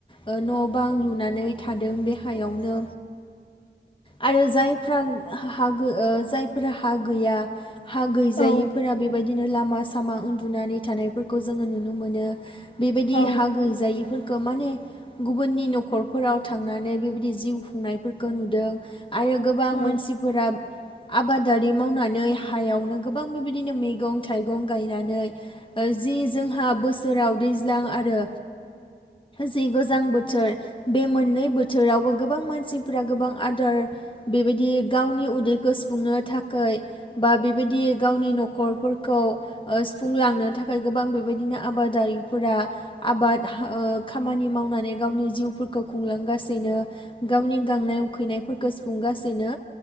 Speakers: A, on the left; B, on the left.
A: ओ न बां लुनानै थादों बे हायावनो आरो जायफ्रा हा गो ओ जाय ओ फोरहा हा गैया, हा गैजायिफोरा
B: औ
A: बेबायदि बिदिनो लामा-सामा उन्दुनानै थानायफोरखौ जोङो नुनो मोनो। बेबायदि
B: औ
A: हा गैजायैफोरखौ माने गुबुननि न'खरफोराव थांनानै बेबायदि जिउ खुंनायफोरखौ नुदों। आरो गोबां
B: औ
A: मानसिफोरा आबादारि मावनानै हायावनो गोबां बेबायदिनो मैगं- थाइगं गायनानै जि जोंहा बोसोराव दैज्लां आरो जि गोजां बोथोर बे मोननै बोथोरावबो गोबां मानसिफ्रा गोबां आदार बेबायदि गावनि उदैखौ सुफुंनो थाखाय बा बेबायदि गावनि नखरफोरखौ सुफुंलांनो थाखाय गोबां बेबायदिनो आबादारिफोरा आबाद ओ खामानि मावनानै गावनि जिउफोरखौ खुंलांगासिनो गावनि गांनाय उखैनायफोरखौ सुफुंगासिनो।